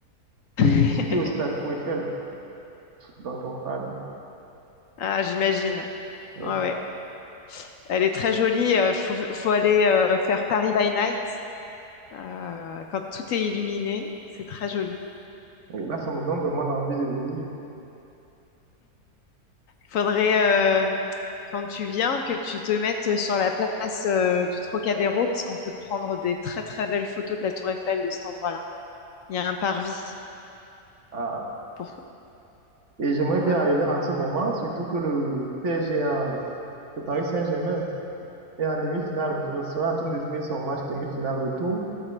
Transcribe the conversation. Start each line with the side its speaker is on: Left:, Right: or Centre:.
Right: Et
Left: <laughs>
Right: visiter aussi la Tour Eiffel dont on parle.
Left: Ah, j'imagine.
Right: Oui,
Left: Ouais, ouais. Elle est très jolie. euh, faut, faut aller euh, faire Paris by night euh, quand tout est illuminé. C'est très joli.
Right: oui. Là, ça me donne vraiment l'envie de venir.
Left: Faudrait, euh, quand tu viens, que tu te mettes sur la place euh, du Trocadéro, parce qu'on peut prendre des très très belles photos de la Tour Eiffel de cet endroit-là. Il y a un parvis.
Right: Ah,
Left: Pour...
Right: Et j'aimerais
Left: Voilà.
Right: bien arriver en ce moment, surtout que le PSG, en- le Paris Saint-Germain, est en demi-finale. Je serai en train de jouer son match demi-finale retour